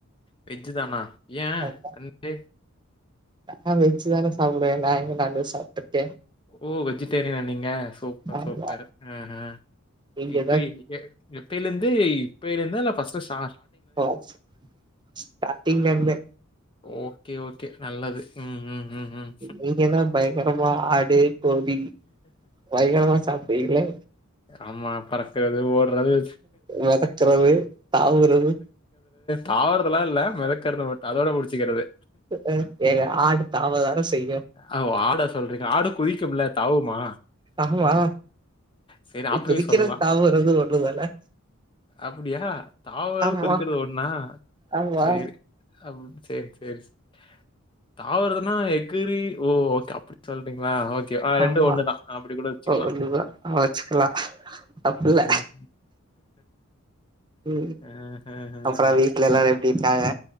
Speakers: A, on the left; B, on the right.
A: வெஜ்ஜு தானா ஏ
B: ஆமா
A: சன்டே
B: நா வெஜ்ஜு தான சாப்டுவே நா எங்க நான் வெஜ் சாப்ட்ருக்கே
A: ஓ வெஜிடேரியனா நீங்க சூப்பர்
B: ஆமா
A: சூப்பர் ஆ ஹ
B: நீங்கதா
A: இப்ப எங் எ எப் ப்பைலந்து இப்பைலந்தா இல்ல ஃபஸ்ட்டு ஸா
B: ஓ ஸ் ஸ்டாட்டிங்லர்ந்தே
A: ஓகே ஓகே நல்லது ம், ம், ம், ம்.
B: நீங்க எதாவ் பயங்கரமா ஆடு கோழி பயங்கரமா சாப்டுவிங்ளே
A: ஆமா பறக்கிறது, ஓடுறது,
B: மெதக்றது தாவுறது
A: தாவறதெல்லா இல்ல மெதக்குறது மட் அதோட முடிச்சிக்கிறது
B: அ அ ஏங்க ஆடு தாவதான செய்
A: அ ஒ ஆட சொல்றீங்களா ஆடு குளிக்கும்ல்ல தாவுமா
B: ஆமா
A: செரி ஆப்டியு
B: குதிக்கிறது
A: சொல்லா
B: தாவுறது ஒண்ணுதான
A: அப்டியா தாவறது
B: ஆமா
A: குதிக்கிறது ஒன்னா
B: ஆமா
A: சேரி அப் சேர் சேரி செ தாவறதுன்னா எக் இ ஓ த அப்டி சொல்றீங்ளா ஓகே ஆ ரெண்டு
B: ஆமா
A: ஒண்ணுதா அப்டி கூட வெச்சுக்கல்லா
B: ஒண்ணுதா வச்சுக்கலா தப்பில்ல
A: அ
B: ம்
A: அ ஹ ஹ
B: அப்புறோ
A: அப்
B: வீட்ல எல்லாரு எப்டி இருக்காங்க